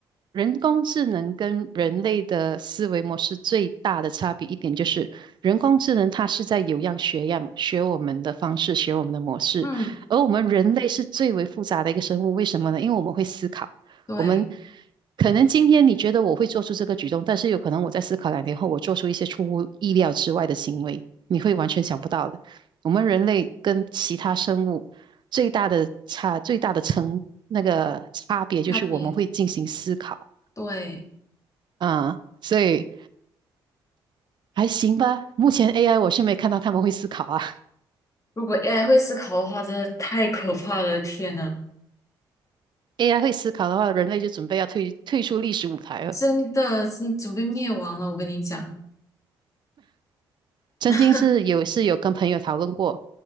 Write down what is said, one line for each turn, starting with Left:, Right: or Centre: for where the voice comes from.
Right: 人工智能跟人类的思维模式最大的差别一点就是，人工智能它是在有样学样，学我们的方式，学我们的模式，
Left: 嗯
Right: 而我们人类是最为复杂的一个生物。为什么呢？因为我们会思考，
Left: 对，
Right: 我们可能今天你觉得我会做出这个举动，但是有可能我在思考两天后，我做出一些出乎意料之外的行为，你会完全想不到的。我们人类跟其他生物最大的差，最大的成那个差别就是我们会进行思考。
Left: 差别对，
Right: 嗯，所以还行吧。目前 AI 我是没看到他们会思考啊。
Left: 如果 AI 会思考的话，真的太可怕了，天呐，
Right: AI 会思考的话，人类就准备要退退出历史舞台了。
Left: 真的是准备灭亡了，我跟你讲。
Right: 曾经是有是有跟朋友讨论过，
Left: <laughs>